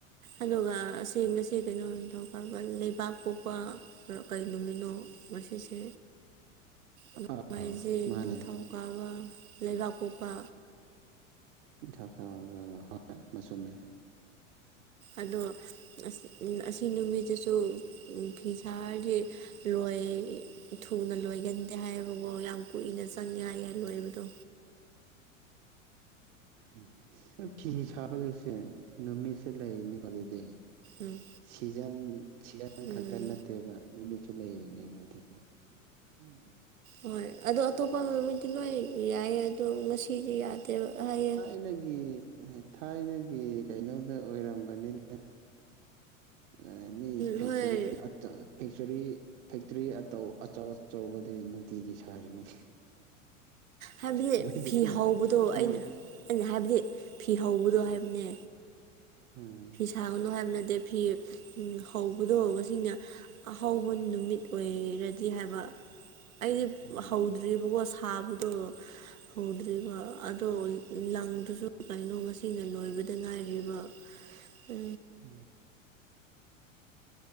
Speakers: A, on the right; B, on the right.
A: ꯑꯗꯨꯒ ꯑꯁꯤ ꯉꯁꯤ ꯀꯩꯅꯣ ꯅꯤꯡꯊꯧꯀꯥꯕ ꯂꯩꯕꯥꯛ ꯄꯣꯛꯄ ꯀꯩ ꯅꯨꯃꯤꯠꯅꯣ ꯉꯁꯤꯁꯦ ꯅꯣ
B: ꯑꯥꯎ
A: ꯃꯥꯏꯖꯤꯡ
B: ꯃꯥꯅꯦ
A: ꯅꯤꯡꯊꯧꯀꯕ ꯂꯩꯕꯥꯛꯄꯣꯛꯄ
B: ꯅꯤꯡꯊꯧꯀꯕ <unintelligible> ꯕ ꯆꯨꯝꯃꯦ
A: ꯑꯗꯣ ꯑꯁꯤ ꯑꯁꯤ ꯅꯨꯃꯤꯠꯇꯁꯨ ꯐꯤ ꯁꯥꯔꯗꯤ ꯂꯣꯏ ꯊꯨꯅ ꯂꯣꯏꯒꯟꯗꯦ ꯍꯥꯏꯕꯀꯣ ꯌꯥꯝ ꯀꯨꯏꯅ ꯆꯪꯉꯦ ꯍꯥꯏꯌꯦ ꯂꯣꯏꯕꯗꯣ
B: ꯎꯝ <unintelligible> ꯅꯣꯏ ꯐꯤ ꯁꯥꯕꯒꯤꯁꯦ ꯅꯨꯃꯤꯠꯁꯦ ꯂꯩꯅꯤꯀꯣ ꯑꯗꯨꯗꯤ
A: ꯎꯝ
B: ꯁꯤꯖꯟ ꯁꯤꯖꯟ
A: ꯎꯝ
B: ꯈꯛꯇ ꯅꯠꯇꯦꯕ ꯅꯨꯃꯤꯠꯁꯨ ꯂꯩꯔꯤꯅꯦꯕ ꯑꯗꯨꯗꯤ ꯎꯝ
A: ꯍꯣꯏ ꯑꯗꯣ ꯑꯇꯣꯞꯄ ꯅꯨꯃꯤꯠꯇꯤ ꯂꯣꯏ ꯌꯥꯏꯌꯦ ꯑꯗꯣ ꯉꯁꯤꯗꯤ ꯌꯥꯗꯦꯕ ꯍꯥꯏꯌꯦ
B: ꯏꯅꯒꯤ ꯊꯥꯏꯅꯒꯤ ꯀꯩꯅꯣꯗ ꯑꯣꯏꯔꯝꯒꯅꯤꯗ ꯑ ꯃꯤ ꯐꯦꯛꯆꯔꯤ
A: ꯍꯣꯏ
B: ꯑꯇꯥ ꯐꯦꯛꯆꯔꯤ ꯐꯦꯛꯇꯣꯔꯤ ꯑꯇꯧ ꯑꯆꯧ ꯑꯆꯧꯕꯗꯤ ꯅꯨꯡꯇꯤꯒꯤ ꯁꯥꯔꯤꯅꯤ
A: ꯍꯥꯏꯕꯗꯤ
B: ꯃꯣꯏꯗꯤ
A: ꯐꯤ
B: ꯊꯨꯅ
A: ꯍꯧꯕꯗꯣ
B: ꯃꯣꯏ
A: ꯑꯩꯅ ꯑꯩꯅ ꯍꯥꯏꯕꯗꯤ ꯐꯤ ꯍꯧꯕꯗꯣ ꯍꯥꯏꯕꯅꯦ
B: ꯍꯝ
A: ꯊꯥꯒꯅꯨ ꯍꯥꯏꯕ ꯅꯠꯇꯦ ꯐꯤ ꯍꯧꯕꯗꯣ ꯉꯁꯤꯅ ꯑꯍꯧꯕ ꯅꯨꯃꯤꯠ ꯑꯣꯏꯔꯗꯤ ꯍꯥꯏꯕ ꯑꯩꯒꯤ
B: ꯎꯝ
A: ꯍꯧꯗ꯭ꯔꯤꯕꯀꯣ ꯁꯥꯕꯗꯣ ꯍꯧꯗ꯭ꯔꯤꯕ ꯑꯗꯣ ꯂꯪꯗꯨꯁꯨ ꯀꯩꯅꯣ ꯉꯁꯤꯅ ꯂꯣꯏꯕꯗ ꯉꯥꯏꯔꯤꯕ ꯑ
B: ꯎꯝ